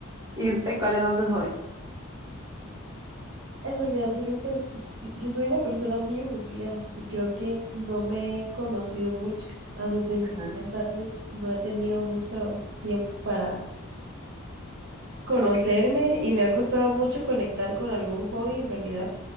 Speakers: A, on the right; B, on the right.
A: ¿Y usted cuáles son sus hobbies?
B: En realidad yo nunca, sí, yo soy una persona muy aburrida y creo que no me he conocido mucho. A mis veintitrés
A: Ajá.
B: años no he tenido mucho tiempo para conocerme
A: Ok,
B: y me ha costado mucho conectar con algún hobby en realidad.